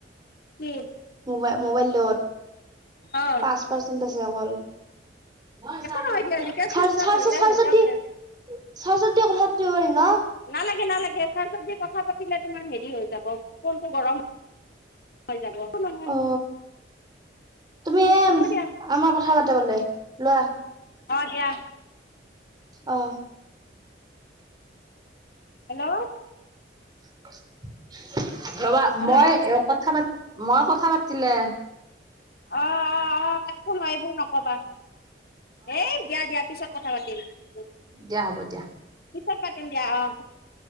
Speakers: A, on the left; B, on the right.
A: উম।
B: মোবাই। মোবাইল দ'ত
A: অ
B: পাঁচ পাৰ্চেন্ট আছে অকল। <unintelligible>
A: একো নহয় দিয়া যেতিয়া
B: চাৰ্জ
A: চুইচ অফ
B: চাৰ্জাত
A: হৈ যায় হৈ যাওক
B: দি
A: দে
B: স্বাজ্বত দি কথা পাতিব পাৰিম ন?
A: নালাগে নালাগে চাৰ্জত দি কথা পাতিলে তোমাৰ হেৰি হৈ যাব ফোনটো গৰম হয় হৈ যাব। নহয়
B: অ তুমি এম
A: হ'ব দিয়া
B: আমাৰ কথা পাতে বোলে লোৱা
A: অ দিয়া।
B: অ।
A: হেল্ল!
B: <unintelligible> ৰবা
A: হেল্ল'
B: মই
A: অঁ
B: কথা পাতি মই কথা পাতিলে।
A: অ অ অ একো নহয় এইবোৰ নকবা। এ দিয়া দিয়া পিছত কথা পাতিম। হে'ল্ল
B: দিয়া হ'ব দিয়া।
A: পিছত পাতিম দিয়া অ অ।